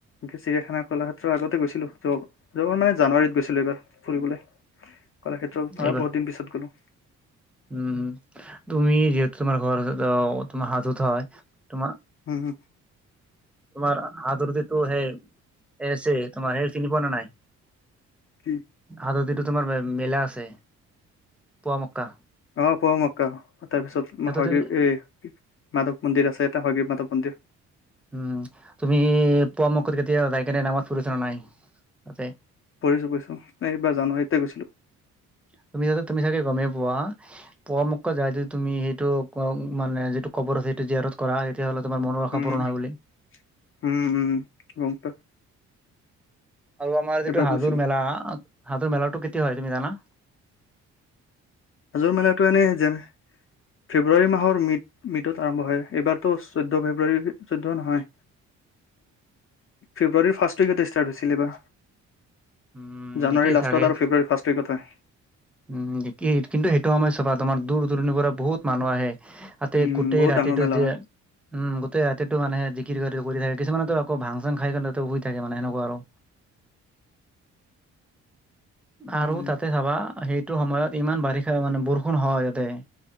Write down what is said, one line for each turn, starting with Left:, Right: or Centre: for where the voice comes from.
Left: এ চৰিয়াখানা কলাক্ষেতৰ আগতে গৈছিলোঁ য যোৰ মানে জানুৱাৰীত গৈছিলো এইবাৰ ফুৰিবলৈ কলা ক্ষেত্ৰত ত
Centre: এইবাৰ?
Left: বহুত দিন পিছত গলো।
Centre: উম তুমি যিহেতু তোমাৰ ঘৰ তোমাৰ হাজোত হয় তোমাৰ,
Left: হম হো,
Centre: তোমাৰ হাতৰ দিতটো সেই। এছি তোমাৰ সেই চিনি পোৱা নে নাই।
Left: কি,
Centre: আৰু যিটো তোমাৰ মেলা আছে পুৱা মক্কা।
Left: অ পৰমক্কা তাৰপিছ
Centre: তাতে তুমি
Left: এই মাধৱ মন্দিৰ আছে এ হয়গিৰ মাধৱ মন্দিৰ,
Centre: উম তুমি পোৱা মক্কি কেতিয়া যায় কিনি নামাজ পঢ়িছা নাই তাতে।
Left: পঢ়িছো পঢ়িছো এইবাৰ জানুৱাৰীতে গৈছিলোঁ।
Centre: তুমি যাতে তুমি চাগে গমেই পোৱা। পোৱা মক্কা যায়টো তুমি সেইটো মানে যিটো কবৰ আছে সেইটো জেত, কৰা তেতিয়াহ'লে তোমাৰ মনৰ আশা
Left: উম
Centre: পূৰণ হয় বুলি।
Left: উম উম গম ত,
Centre: আৰু আমাৰ যিটো
Left: এবাৰ
Centre: হাজোৰ
Left: গৈছিলো
Centre: মেলা হাজোৰ মেলাটো কেতিয়া হয় তুমি জানা।
Left: হাজোৰ মেলাটো এনেই যেন, ফেব্ৰুৱাৰী মাহৰ মিড মিডত আৰম্ভ হয় এইবাৰতো চৈধ্য ফেব্ৰুৱাৰী, চৈধ্য নহয় ফেব্ৰুৱাৰী ফাৰ্ষ্ট উইকটে ষ্টাৰ্ট হৈছিলে এই‌ বা,
Centre: উম
Left: জানুৱাৰী
Centre: এতিয়াই
Left: লাষ্টত
Centre: চাগে
Left: আৰু ফেব্ৰুৱাৰী ফাৰ্ষ্টে ওইকতে,
Centre: উম একেই কিন্তু সেইটো আমাৰ চাবা তোমাৰ দূৰ দূৰণিৰ পৰা বহুত মানুহ আহে। তাতে
Left: উম
Centre: গোটেই
Left: বহুত
Centre: ৰাতিটো
Left: ডাঙৰ মেলা
Centre: যে,
Left: হয়
Centre: উম গোটেই ৰাতিটো মানে জিকিৰ কৰি থাকে কিছুমানেত আকৌ ভাং চং খাইয়ে তহঁতে শুই থাকেমানে সেনেকুৱা আৰু
Left: <inaudible> উম
Centre: আৰু তাতে চাবা সেইটো সময়ত ইমান বাৰিষা মানে বৰষুণ হয় তাতে,